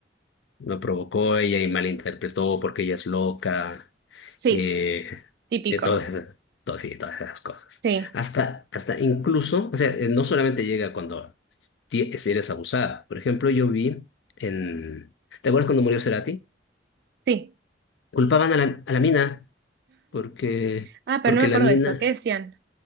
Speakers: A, on the left; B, on the right.
A: Lo provocó ella y malinterpretó porque ella es loca,
B: Sí,
A: eh,
B: típico.
A: de todas esas, to- sí, de todas esas cosas.
B: Sí,
A: Hasta, hasta incluso, o sea, eh, no solamente llega cuando ti- si eres abusada. Por ejemplo, yo vi en... ¿Te acuerdas cuando murió Cerati?
B: sí.
A: Culpaban a la, a la mina porque,
B: Ah, pero
A: porque
B: no me
A: la
B: acuerdo
A: mina
B: de eso. ¿Qué decían?